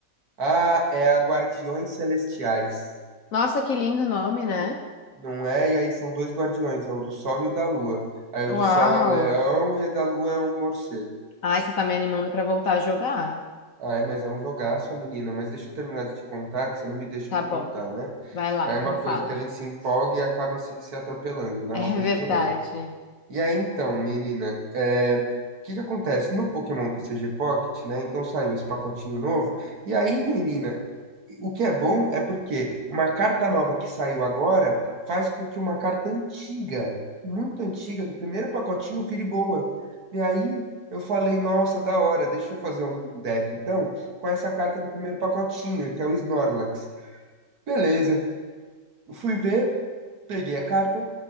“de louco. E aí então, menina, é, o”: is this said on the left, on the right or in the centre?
Right